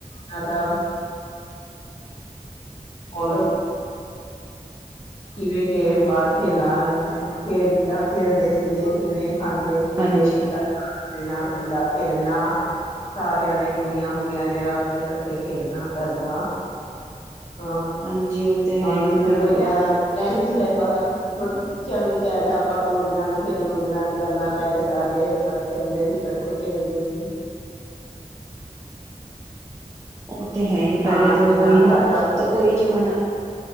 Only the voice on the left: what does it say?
ਸਦਾ ਕੁੱਲ ਕਿਵੇਂ ਗ ਬਾਹਰ ਖੇਲਾਂ ਖੇਲਦਾ ਖੇਲਦੇ ਸੀਗੇ ਕਿਵੇਂ ਖਾਂਦੇ ਪੀਂਦੇ
ਫੁੱਲਾਂ ਖ ਖੁੱਲਾ ਖੇਲਣਾ ਸਾਰਿਆਂ ਨੇ ਕੁੜੀਆਂ ਮੁੰਡਿਆਂ ਨੇ ਰਲ ਕੇ ਕੱਠੇ ਖੇਲਣਾ ਕਰਨਾ ਹਾਂ
ਹਾਂ
ਕਿਸੇ
ਨੂੰ ਕੋਈ ਤਾਂ ਅੱਜ ਕੱਲ ਤਾਂ ਬੱਚਿਆਂ ਨੂੰ ਵੀ ਕਹਿ ਆਪਾਂ ਤੂੰ ਆਦੇ ਨਾਨੀ ਖੇਣ ਤੂੰ ਆਦੇ ਨਾਨੀ ਕਰਨਾ ਪਹਿਲੇ ਸਾਰੇ ਇਕੱਠੇ ਰਹਿੰਦੇ ਸੀ ਇਕੱਠੇ ਖੇਲਦੇ ਸੀ
ਖਾਣਾ
ਪੀਣਾ
ਸਾਰੇ ਦਾ ਆਪਸ